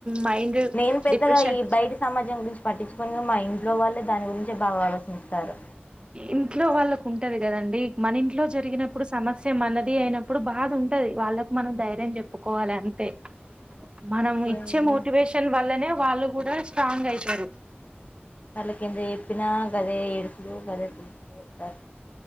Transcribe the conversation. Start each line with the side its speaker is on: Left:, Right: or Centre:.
Right: మైండ్
Left: నేను పెద్దగా
Right: డిప్రెషన్
Left: ఈ బయటి సమాజం గురించి పట్టిచ్చుకోనుగా మా ఇం ట్లో వాళ్ళే దాని గురించి బాగా ఆలోచిస్తారు
Right: ఇంట్లో వాళ్ళకు ఉంటది కదండి మన ఇంట్లో జరిగినప్పుడు సమస్య మనది ది అయినప్పుడు బాధ ఉంటది వాళ్ళకు మనం ధైర్యం చెప్పుకోవాలి అంతే మనం ఇచ్చే
Left: ఏం
Right: మోటివేషన్ వల్లనే వాళ్ళు కూడా స్ట్రాంగ్ అయితరు
Left: వాళ్ళ కింద చెప్పినా గదే ఏడుసుడూ గదే తుడుసుడూ చెప్తారు